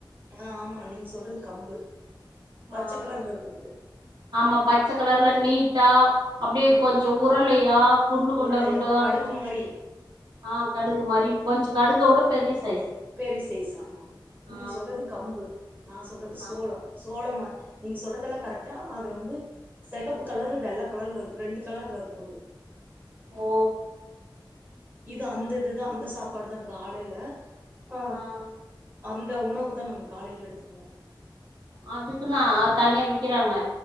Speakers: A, on the right; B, on the right.
A: ஆ ஆமா நீங்க சொல்றது கம்பு பச்ச
B: ஆ
A: கலர்ல இருக்குறது
B: ஆமா பச்ச கலர்ல நீட்டா அப்படியே
A: ஆ
B: கொஞ்ச உரளையா குண்டு குண்ட
A: உருண்டையா
B: குண்டதா
A: கடுகு
B: இருக்கு
A: மாரி
B: ஆ கடுகு மாரி கொஞ்ச கடுக ஒட பெரிய சைஸ்
A: பெரிய சைஸ் ஆமா
B: ஆ
A: நீங்க சொல்றது கம்பு நா சொல்றது
B: ஆ
A: சோளம் சோளமா நீங்க சொல்றதெல்லா கரெக்ட் ஆனா அதுல வந்து செகப்பு கலர் வெள்ள கலர்ல இருக்கு ரெண்டு கலர்ல இருக்கு அது
B: ஓ
A: இது அந்த இதுதா அந்த சாப்பாடுதா காலைல ப்ப
B: ஆ
A: அந்த உணவு தா நாங்க காலையில எடுத்துக்குவோ
B: அதுக்கன்னு அ தனியா விக்கறாங்க